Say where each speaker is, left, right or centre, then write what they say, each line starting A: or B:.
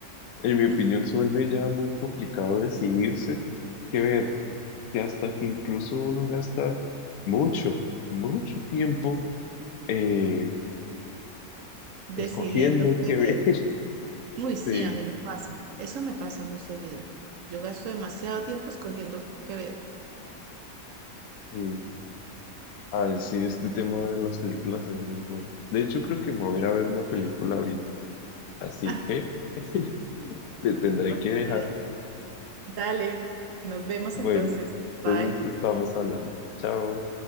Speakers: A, on the left (about 75°); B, on the right (about 65°).
A: En mi opinión,
B: <laughs>
A: se vuelve ya muy complicado decidirse qué ver que hasta que incluso uno gasta mucho, mucho tiempo eh,
B: decidiendo
A: escogiendo
B: qué
A: qué ver.
B: ver.
A: <laughs>
B: Uy, sí,
A: Sí,
B: a mí me pasa. Eso me pasa muy seguido. Yo gasto demasiado tiempo escogiendo qué ver.
A: sí. Ay, sí, este tema de las películas es muy bueno. De hecho, creo que me voy a ir a ver una película ahorita, así
B: Ah,
A: que <laughs> te tendré
B: ok.
A: que dejar.
B: Dale, nos vemos
A: Bueno,
B: entonces. Bye.
A: entonces estamos hablando. Chao.